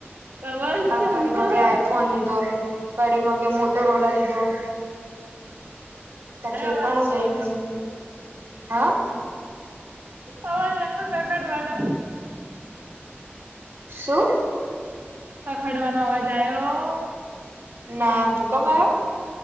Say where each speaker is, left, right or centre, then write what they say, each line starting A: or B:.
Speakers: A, on the right; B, on the right.
A: તો બસ
B: હા
A: આયો
B: કડી મકે આઈફોન લીધો કડી મગ કે મોટરોલા લીધો દો ત ઠેકાણું
A: અવાજ
B: જઈ ન હા
A: અવાજ આવ્યો કકડવાનો
B: શું
A: ખખાડવાનો અવાજ આવ્યો
B: ના ભૂકંપ આવ્યો